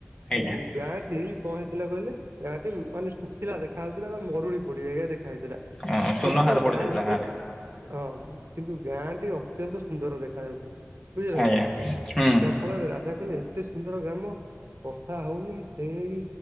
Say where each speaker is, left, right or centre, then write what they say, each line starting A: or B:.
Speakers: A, on the left (about 15°); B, on the right (about 65°).
A: ଆଜ୍ଞା
B: ଉଁ ଗାଁଟି କଣ ହେଇଥିଲା କହିଲେ ଗାଁଟି ମାନେ ଶୁଖିଲା ଦେଖାହଉଥିଲା ବା ମରୁଡ଼ି ପଡିିବ ଆଜ୍ଞା ଦେ ଖା ହେଇଥିଲା
A: ଅଁ, ସୁନ
B: କିନ୍ତୁ
A: ହାର ପଡିଯାଇଥିଲା
B: ଗାଁ ଭିତରଟି
A: ଗାଁରେ
B: ହଁ କିନ୍ତୁ ଗାଁଟି ଅତ୍ୟନ୍ତ ସୁନ୍ଦର ଦେଖା ଯାଉଥିଲା ବୁଝିଲ
A: ଆଜ୍ଞା
B: ନା।
A: ହୁଁ
B: ଯାହା ଫଳରେ ରାଜା କହିଲେ ଏତେ ସୁନ୍ଦର ଗ୍ରାମ। ବର୍ଷା ହଉନି ସେଇ ନେଇକି